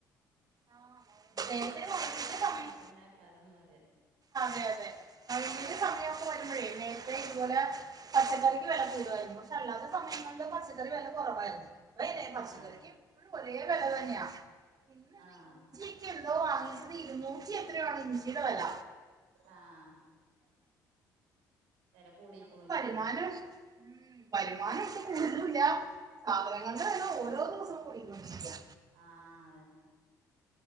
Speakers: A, on the right (about 40°); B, on the right (about 75°).
A: ആഹ്
B: ഇഞ് ഇവട്ന്ന്
A: നേരത്തെ
B: അങ്ങട്ടുള്ളതൊക്കെ
A: നൊയമ്പിന്റെ സമയം
B: അങ്ങനത്തന്നേക്കാരംന്ന് പറയാ.
A: അതെ അതെതെ. <unintelligible> സമയൊക്കെ വരുമ്പഴേ നേരത്തെ ഇതുപോലെ. പച്ചക്കറിക്ക് വെല കൂടുവായിരുന്നു. പക്ഷെ അല്ലാത്ത സമയങ്ങളില് പച്ചക്കറി വെല കൊറവായിരുന്നു. <unintelligible> പച്ച
B: ആഹ്
A: കറിക്ക് എപ്പഴും ഒരേ വെല തന്നെയാ. ഇന്നാന്നേ
B: ആഹ്
A: ഇഞ്ചിയെക്കെ എന്തോ വാങ്ങിച്ചത് ഇരുന്നൂറ്റി എത്രയോ ആണ് ഇഞ്ചിയുടെ വെല
B: ആഹ് വില കൂടിക്ക്ണുല്ലേ
A: നമുക്ക് വരുമാനം ഉം വരുമാനം ഒട്ടും കൂടുന്നു ഇല്ല. സാധനങ്ങളുടെ വെല ഓരോ ദിവസവും കൂടിക്കൊണ്ടിരിക്കാ.
B: ആഹ് അതെന്നെ